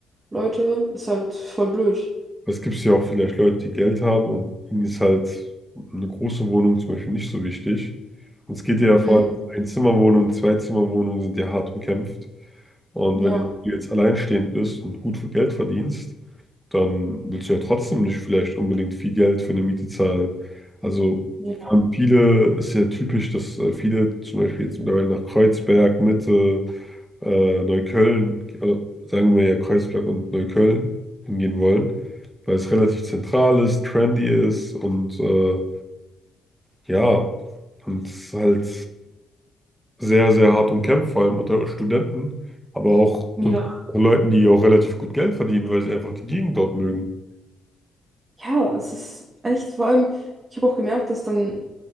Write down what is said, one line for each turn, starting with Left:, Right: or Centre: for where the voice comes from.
Right: Leute ist halt voll blöd.
Centre: Es gibt ja auch vielleicht Leute, die Geld haben und ihnen ist halt eine große Wohnung zum Beispiel nicht so wichtig. Und es geht ja
Right: Mhm.
Centre: vor allem Einzimmerwohnungen, Zweizimmerwohnungen sind ja hart umkämpft. Und
Right: Ja.
Centre: wenn du jetzt alleinstehend bist und gut für Geld verdienst, dann willst du ja trotzdem nicht vielleicht unbedingt viel Geld für eine Miete zahlen. Also
Right: Ja.
Centre: vor allem viele, ist ja typisch, dass äh, viele zum Beispiel jetzt mittlerweile nach Kreuzberg, Mitte, äh, Neukölln, also sagen wir ja Kreuzberg und Neukölln hingehen wollen, weil es relativ zentral ist, trendy ist und äh, ja, und es ist halt sehr, sehr hart umkämpft, vor allem unter Studenten, aber auch
Right: Ja.
Centre: unter Leuten, die auch relativ gut Geld verdienen, weil sie einfach die Gegend dort mögen.
Right: Ja, es ist echt, vor allem, ich habe auch gemerkt, dass dann,